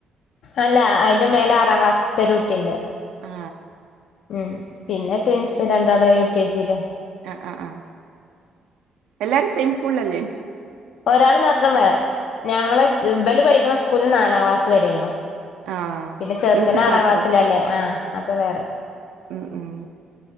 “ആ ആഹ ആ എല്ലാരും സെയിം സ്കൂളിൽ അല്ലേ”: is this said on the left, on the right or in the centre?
Right